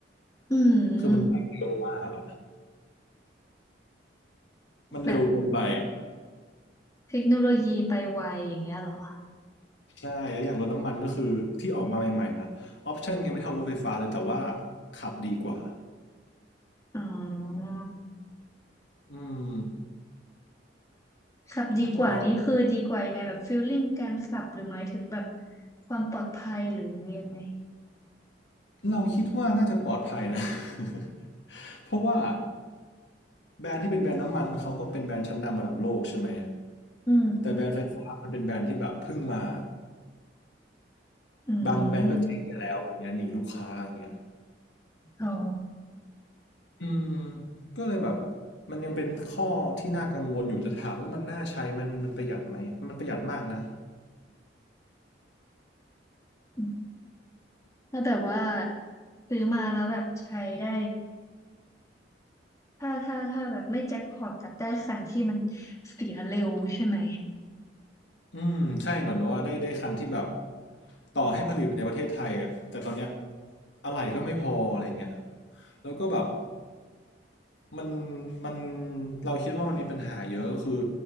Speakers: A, on the left; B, on the left.
A: อื
B: คือมันไปเร็วมากอ่ะ
A: ม
B: มันเร็วเกินไปอะ
A: แบบเทคโนโลยีไปไวอย่างเงี้ยเหรอ
B: ใช่แล้วอย่างรถน้ำมันก็คือที่ออกมาใหม่ๆนะออปชั่นยังไม่เท่ารถไฟฟ้าเลยแต่ว่าขับดีกว่า
A: อ๋อ
B: อืม
A: ขับดีกว่านี้คือดีกว่ายังไงแบบฟีลลิ่งการขับหรือหมายถึงแบบ
B: เอ่อ
A: ความปลอดภัยหรือยังไง
B: เราคิดว่าน่าจะปลอดภัยนะ <laughs> เพราะว่าแบรนด์ที่เป็นแบรนด์น้ำมันเขาก็เป็นแบรนด์ชั้นนำระดับโลกใช่ไหม
A: อืม
B: แต่แบรนด์ไฟฟ้ามันเป็นแบรนด์ที่แบบเพิ่งมา
A: อืม
B: บางแบรนด์ก็เจ๊งไปแล้วอย่างเงี้ยหนีลูกค้าอย่างเงี้ย
A: อ๋อ
B: อืมก็เลยแบบมันยังเป็นข้อที่น่ากังวลอยู่แต่ถามว่ามันน่าใช้มันมันประหยัดไหมมันประหยัดมากนะ
A: อืมถ้าแบบว่าซื้อมาแล้วแบบใช้ได้ ถ้าถ้าถ้าแบบไม่แจ็คพอตจะได้คันที่มันเสียเร็วใช่ไหม
B: อืมใช่เหมือนแบบว่าได้ได้คันที่แบบต่อให้ผลิตในประเทศไทยอ่ะแต่ตอนเนี้ยอะไหล่ก็ไม่พออะไรเงี้ยแล้วก็แบบ มันมันเราคิดว่ามันมีปัญหาเยอะก็คือ